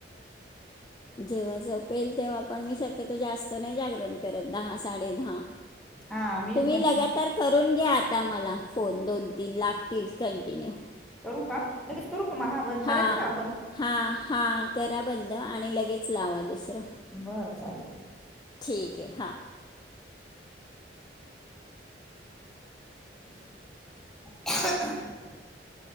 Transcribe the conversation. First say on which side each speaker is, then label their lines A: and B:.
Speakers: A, on the left; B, in the centre.
A: जेव्हा झोपेल, तेव्हा पण मी शक्यतो जास्त नाही जागरण करत दहा, साडे दहा.
B: हा मी
A: तुम्ही
B: पण
A: लगातार करून घ्या आता मला फोन दोन? तीन लागतील कंटिन्यू
B: करू का लगेच? करू का मग बंद
A: हा
B: करायचं का आपण
A: हा हा करा बंद आणि लगेच लावा दुसरं
B: बरं चालेल
A: ठीक आहे हा
B: <unintelligible>